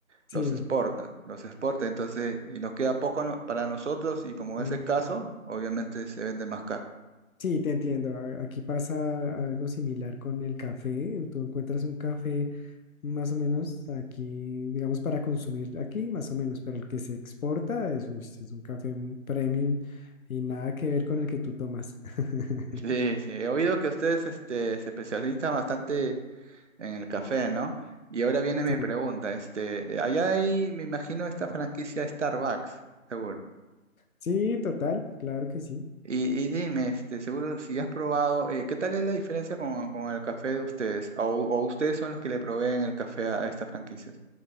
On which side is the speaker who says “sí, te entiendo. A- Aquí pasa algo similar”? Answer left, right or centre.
Left